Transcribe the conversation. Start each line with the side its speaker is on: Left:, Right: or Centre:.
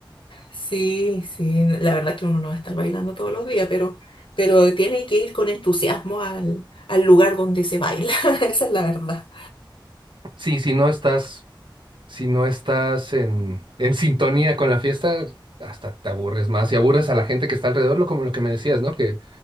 Left: Sí, sí. La verdad es que uno no va a estar bailando todos los días, pero, pero tiene que ir con entusiasmo al, al lugar donde se baila. <laughs> Esa es la verdad.
Right: Sí, si no estás, si no estás en, en sintonía con la fiesta, hasta te aburres más y aburres a la gente que está alrededor, lo como lo que me decías, ¿no? Que,